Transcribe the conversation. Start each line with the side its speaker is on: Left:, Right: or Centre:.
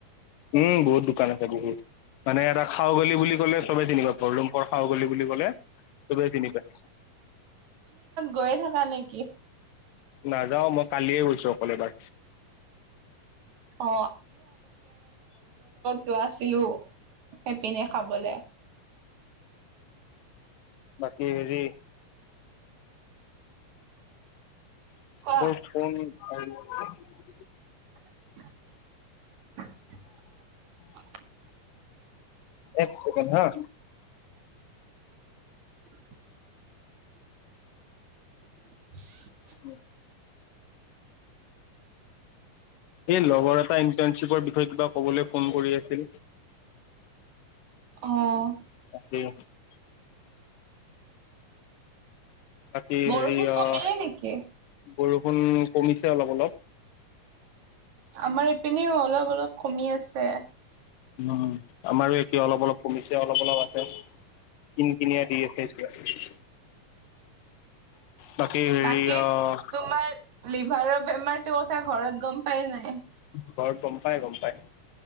Left: উম, বহুত দোকান আছে বহুত, মানে এটা খাওঁ বুলি বুলি ক'লে চবেই চিনি পা গৰলম পৰ খাউগলী বুলি ক'লে, চবেই চিনি পায়।
Right: গৈ থাকা নেকি?
Left: নাযাওঁ, মই কালিয়েই গৈছোঁ অকলে এবাৰ।
Right: অ যোৱাচিলো, সেইপিনে খাবলৈ।
Left: বাকী হেৰি <unintelligible>
Right: খোৱা <unintelligible>
Left: এক চেকেণ্ড হা।
Right: <unintelligible>
Left: উম। এই লগৰ এটাই ইন্টাৰ্ণশ্বিপৰ বিষয়ে কিবা ক'বলৈ ফোন কৰি আছিল।
Right: অহ।
Left: তাকেই। বাকী
Right: বৰষুণ
Left: হেৰি অ',
Right: কমিলে নেকি?
Left: বৰষুণ কমিছে অলপ অলপ।
Right: আমাৰ পিনে অলপ অলপ কমি আছে।
Left: উম, আমাৰো একে অলপ অলপ কমিছে অলপ অলপ আছে, কিন কিনিয়া দি আছে। সেইটোৱেই, বাকি হেৰি
Right: বাকী
Left: অ'
Right: তোমাৰ লিভাৰৰ বেমাৰটোৰ কথা ঘৰত গম পাই নে নাই?
Left: ঘৰত গম পাই, গম পাই।